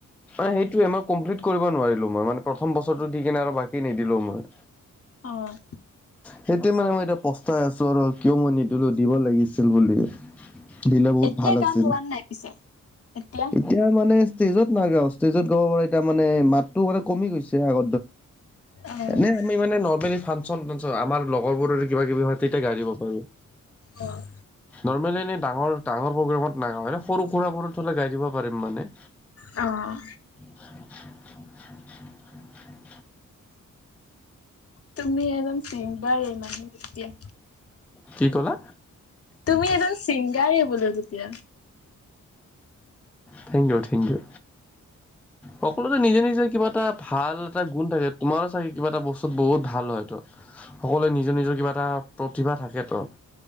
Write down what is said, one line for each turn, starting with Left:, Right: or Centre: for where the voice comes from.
Centre: অ' সেইটোমই কমপ্লিট কৰিব নোৱাৰিলো মই মানে প্ৰথম বছৰো দি কিনে আৰু বাকী নিদিলো মই।
Left: অ'
Centre: সেইটোয় মানে মই এতিয়া পস্তাই আছো আৰু কিয় মই নিদিলো দিব লাগিছিল বুলি। দিলে বহুত
Left: এতিয়া
Centre: ভাল আছিল
Left: গান গোৱা নাই পিছে এতিয়া।
Centre: এতিয়া মানে ষ্টেজত নাগাওঁ ষ্টেজত গাব পাৰ এতিয়া মানে মাতটো মানে কমি গৈছে আগ
Left: অ',
Centre: এনে আমি মানে ন ফাংন আমাৰ লগৰ বোৰ কিবা কিবি হয় তেতিয়া গা়ই দিব পাৰো।
Left: অ'
Centre: নৰ্মেলি এনে ডাঙৰ ডাঙৰ প্ৰগ্ৰত নাওঁ সৰু সুৰাবোৰত থলে গাই দিব পাৰিম মানে।
Left: অ'
Centre: <inaudible>
Left: তুমি একদম চে বাৰে মানে তেতিয়া
Centre: কি কলা
Left: তুমি এজনজন ছিংগাৰ হ বুলতিয়া
Centre: থেংক ইউ থেংক ইউ।
Left: <inaudible>
Centre: সকলোতে নিজে নিজে কিবা এটা ভাল এটা গুণ থাকে তোমাৰো চাগে কিবা এটা বস্তুত বহুত ভাল হয়তো। সকলোৱে নিজৰ নিজৰ কিবা এটা প্ৰতিভা থাক তো।